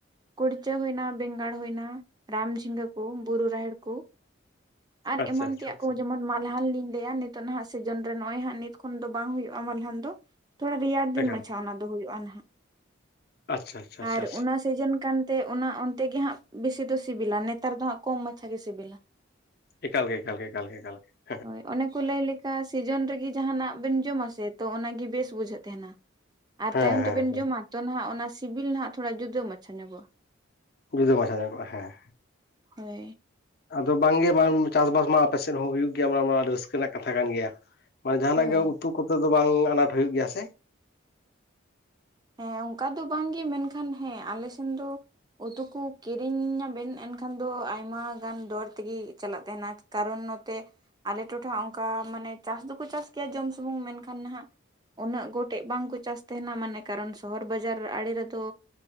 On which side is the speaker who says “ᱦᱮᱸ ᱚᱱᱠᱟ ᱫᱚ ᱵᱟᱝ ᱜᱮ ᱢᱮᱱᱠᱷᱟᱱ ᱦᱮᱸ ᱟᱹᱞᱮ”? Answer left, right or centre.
Right